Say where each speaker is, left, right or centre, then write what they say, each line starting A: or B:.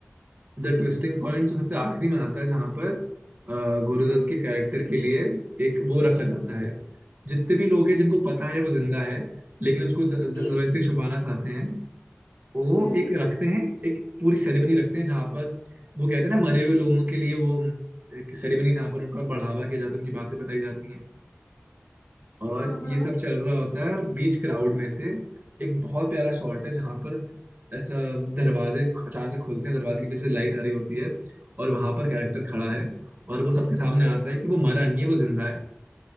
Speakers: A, on the right; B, on the left.
A: the twisting point जो सबसे आखिरी में आता है जहाँ पर अ, गुरुदत्त
B: हाँ
A: के कैरेक्टर के लिए एक वो रखा जाता है जितने भी लोग हैं जिनको पता है वो जिंदा है लेकिन उसको ज- ज-
B: ते
A: जबरदस्ती छुपाना चाहते हैं वो
B: हम्म
A: एक रखते हैं एक पूरी सेरेमनी रखते हैं जहाँ पर वो कहते हैं ना मरे हुए लोगों के लिए वो एक सेरेमनी जहाँ पर उनका बढ़ावा किया जाता है उनकी बातें बताई जाती हैं और
B: हाँ हाँ
A: ये सब चल रहा होता है और बीच क्राउड में से एक बहुत प्यारा शॉट है जहाँ पर ऐसा दरवाजे अचानक से खुलते हैं दरवाजे के पीछे लाइट आ रही होती है और वहां पर कैरेक्टर खड़ा है और वो सबके सामने
B: अरे
A: आता
B: बाप
A: है कि वो मरा नहीं है वो जिंदा है